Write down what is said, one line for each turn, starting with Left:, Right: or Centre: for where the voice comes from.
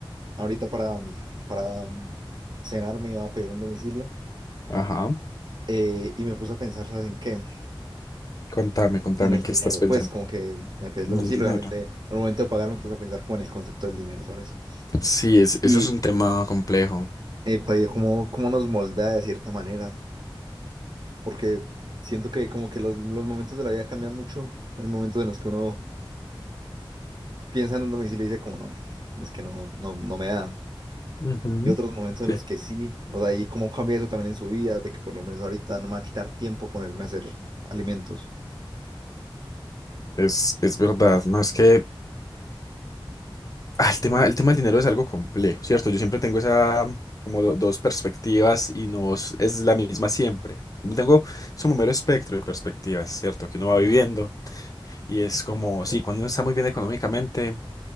Right: ahorita para, mm, para mm, cenar me iba a pedir un domicilio.
Left: Ajá.
Right: eh, y me puse a pensar, ¿sabes en qué?
Left: Contame, contame,
Right: En el
Left: ¿en qué
Right: dinero.
Left: estás pensando?
Right: Pues como que me pedí el
Left: Mi
Right: domicilio,
Left: dinero.
Right: obviamente al momento de pagar me puse a pensar como en el concepto del dinero, ¿sabes?
Left: Sí, es,
Right: Y
Left: eso es un tema complejo.
Right: eh, pues, cómo, cómo nos moldea de cierta manera. Porque siento que como que los, los momentos de la vida cambian mucho. Hay momentos en los que uno piensa en un domicilio y dice como no. Es que no, no, no me da.
Left: Ujú,
Right: Y otros momentos
Left: Sí.
Right: en los que sí, o sea, y cómo cambia eso también en su vida, de que por lo menos ahorita no me va a quitar tiempo ponerme a hacer alimentos.
Left: Es, es verdad, ¿no? Es que ah, el tema, el tema del dinero es algo complejo, ¿cierto? Yo siempre tengo esa, como do- dos perspectivas y no es es la misma siempre. Tengo, es un mero espectro de perspectivas, ¿cierto? Que uno va
Right: Ajá.
Left: viviendo y es como, sí, cuando uno está muy bien económicamente.